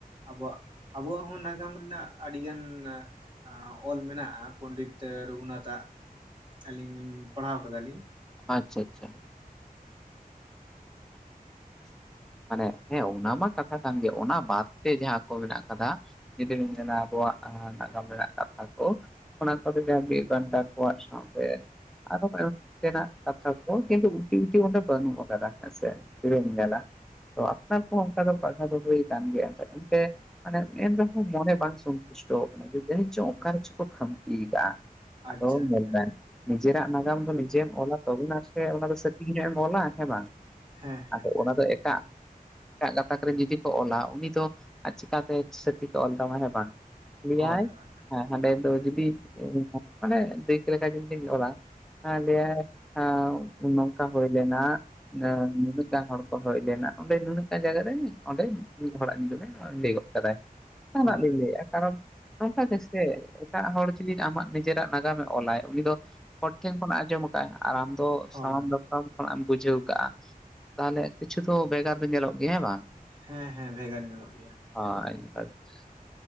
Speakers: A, on the right (about 30°); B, in the centre.
A: ᱟᱵᱚᱣᱟᱜ ᱟᱵᱚᱣᱟᱜ ᱦᱚᱸ ᱱᱟᱜᱟᱢ ᱨᱮᱱᱟᱜ ᱟᱹᱰᱤᱜᱟᱱ ᱟᱸ ᱚᱞ ᱢᱮᱱᱟᱜᱼᱟ ᱯᱚᱸᱱᱰᱤᱛ ᱨᱚᱜᱷᱩᱱᱟᱛᱷᱼᱟᱜ ᱟᱹᱞᱤᱧ ᱞᱤᱧ ᱯᱟᱲᱦᱟᱣ ᱠᱟᱫᱟᱞᱤᱧ
B: ᱟᱪᱪᱷᱟ ᱟᱪᱪᱷᱟ ᱢᱟᱱᱮ ᱦᱮᱸ ᱚᱱᱟ ᱢᱟ ᱠᱟᱛᱷᱟ ᱠᱟᱱ ᱜᱮ ᱚᱱᱟ ᱵᱟᱫ ᱛᱮ ᱡᱟᱦᱟᱸ ᱠᱚ ᱢᱮᱱᱟᱜ ᱠᱟᱫᱟ᱾ ᱡᱩᱫᱤ ᱵᱤᱱ ᱢᱮᱱᱟ ᱟᱵᱚᱣᱟᱜ ᱦᱟᱸ ᱱᱟᱜᱟᱢ ᱨᱮᱱᱟᱜ ᱠᱟᱛᱷᱟ ᱠᱚ᱾ ᱚᱱᱟ ᱠᱚᱫᱚ ᱡᱟᱸᱦᱟ ᱵᱤᱨ ᱵᱟᱱᱴᱟ ᱠᱚᱣᱟᱜ ᱥᱟᱶᱛᱮ ᱟᱨᱚ ᱮᱢ ᱛᱮᱱᱟᱜ ᱠᱟᱛᱷᱟ ᱠᱚ ᱠᱤᱱᱛᱩ ᱩᱴᱤ ᱩᱴᱤ ᱚᱸᱰᱮ ᱵᱟᱹᱱᱩᱜ ᱟᱠᱟᱫᱟ᱾ ᱦᱮᱸ ᱥᱮ ᱛᱤᱨᱮᱢ ᱧᱮᱞᱟ ᱛᱚ ᱟᱯᱱᱟᱨ ᱠᱚᱦᱚᱸ ᱚᱱᱠᱟ ᱫᱚ ᱯᱟᱲᱦᱟᱣ ᱫᱚ ᱦᱩᱭ ᱠᱟᱱ ᱜᱮᱭᱟ ᱮᱱᱛᱮ᱾ ᱢᱟᱱᱮ ᱮᱱ ᱨᱮᱦᱚᱸ ᱢᱚᱱᱮ ᱵᱟᱝ ᱥᱚᱱᱛᱩᱥᱴᱚ ᱠᱟᱱᱟ ᱡᱟᱹᱱᱤᱡ ᱪᱚᱝ ᱚᱠᱟ ᱨᱮᱪᱚ ᱠᱚ ᱠᱷᱟᱢᱛᱤᱭ ᱠᱟᱜ-ᱟ᱾
A: ᱟᱪᱪᱷᱟ
B: ᱟᱫᱚ
A: ᱟᱪᱪᱷᱟ
B: ᱧᱮᱞᱢᱮ ᱱᱤᱡᱮᱨᱟᱜ ᱱᱟᱜᱟᱢ ᱫᱚ ᱱᱤᱡᱮᱢ ᱚᱞᱟ ᱛᱚᱵᱩᱱᱟ ᱥᱮ ᱚᱱᱟ ᱫᱚ ᱥᱚᱴᱷᱤᱠ ᱧᱚᱜ ᱮᱢ ᱚᱞᱟ ᱦᱮᱸ ᱵᱟᱝ
A: ᱦᱮᱸ ᱦᱮᱸ
B: ᱟᱫᱚ
A: ᱦᱮᱸ
B: ᱚᱱᱟ ᱫᱚ ᱮᱴᱟᱜ ᱮᱴᱟᱜ ᱠᱟᱛᱷᱟ ᱠᱚᱨᱮ ᱡᱩᱫᱤ ᱠᱚ ᱚᱞᱟ ᱩᱱᱤ ᱫᱚ ᱪᱤᱠᱟᱛᱮ ᱥᱚᱴᱷᱤᱠ ᱮ ᱚᱞ ᱛᱟᱢᱟ᱾ ᱦᱮᱸ ᱵᱟᱝ? ᱞᱮᱭᱟᱭ
A: ᱦᱳᱭ ᱦᱳᱭ
B: ᱦᱟᱸᱰᱮ ᱫᱚ ᱡᱩᱫᱤ ᱢᱟᱱᱮ ᱫᱤᱠ ᱞᱮᱠᱟ ᱡᱩᱫᱤᱧ ᱚᱞᱟ ᱦᱟᱸ ᱞᱮᱭᱟᱭ ᱦᱮᱸ ᱱᱚᱝᱠᱟ ᱦᱩᱭ ᱞᱮᱱᱟ᱾ ᱮᱸ ᱱᱩᱱᱟᱹᱜ ᱜᱟᱱ ᱦᱚᱲ ᱠᱚ ᱦᱮᱡ ᱞᱮᱱᱟ ᱚᱸᱰᱮ ᱱᱩᱱᱟᱹᱜᱟᱱ ᱡᱟᱭᱜᱟ ᱨᱮ ᱚᱸᱰᱮ ᱢᱤᱫ ᱦᱚᱲᱟᱜ ᱧᱩᱛᱩᱢᱼᱮ ᱞᱟᱹᱭ ᱜᱚᱫ ᱠᱟᱫᱟᱭ ᱡᱟᱦᱟᱱᱟᱜ
A: ᱦᱳᱭ
B: ᱞᱤᱧ ᱞᱟᱹᱭᱼᱟ ᱠᱟᱨᱚᱱ ᱱᱚᱱᱠᱟ ᱜᱮᱥᱮ ᱮᱴᱟᱜ ᱦᱚᱲ ᱡᱩᱫᱤ ᱟᱢᱟᱜ ᱱᱤᱡᱮᱨᱟᱜ ᱱᱟᱜᱟᱢᱼᱮ ᱚᱞᱟᱭ ᱩᱱᱤ ᱫᱚᱼᱼ ᱦᱚᱲ ᱴᱷᱮᱱ ᱠᱷᱚᱱᱟᱜᱼᱮ ᱟᱸᱡᱚᱢ ᱠᱟᱫᱼᱟᱭ ᱟᱨ ᱟᱢ ᱫᱚ
A: ᱦᱳᱭ
B: ᱥᱟᱱᱟᱢ ᱫᱟᱛᱛᱟᱢ ᱠᱷᱚᱱᱟᱜ ᱮᱢ ᱵᱩᱡᱷᱟᱹᱣ ᱠᱟᱸ ᱟᱸ ᱛᱟᱦᱚᱞᱮ ᱠᱤᱪᱷᱩ ᱫᱚ ᱵᱷᱮᱜᱟᱨ ᱫᱚ ᱧᱮᱞᱚᱜ ᱜᱮᱭᱟ᱾ ᱦᱮᱸ ᱵᱟᱝ?
A: ᱦᱮᱸ ᱦᱮᱸ ᱵᱷᱮᱜᱟᱨ ᱧᱮᱞᱚᱜ ᱜᱮᱭᱟ᱾
B: ᱦᱚᱸ ᱟᱹᱱᱠᱟᱜᱮ᱾